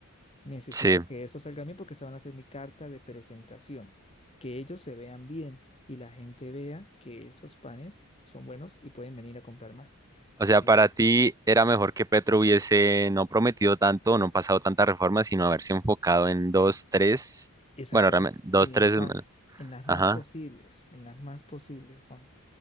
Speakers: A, on the left (about 30°); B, on the right (about 15°).
A: Necesito
B: Sí,
A: que eso salga bien porque se van a hacer mi carta de presentación. Que ellos se vean bien y la gente vea que esos panes son buenos y pueden venir a comprar más.
B: o sea,
A: Pero,
B: para ti era mejor que Petro hubiese no prometido tanto, no pasado tantas reformas, sino haberse enfocado en dos, tres,
A: exacto,
B: bueno, realmente,
A: en,
B: dos,
A: en las
B: tres,
A: más,
B: mm,
A: en las
B: ajá,
A: más posibles, en las más posibles, Juan.